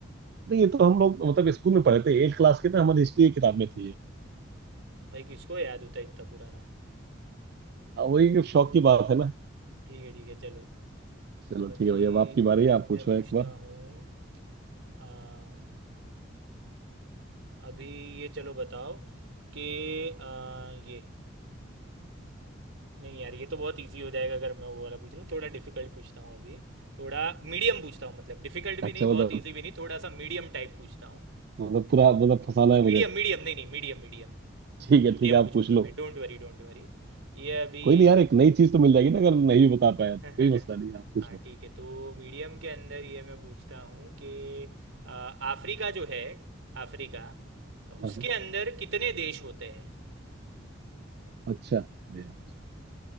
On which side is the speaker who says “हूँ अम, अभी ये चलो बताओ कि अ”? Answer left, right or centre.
Right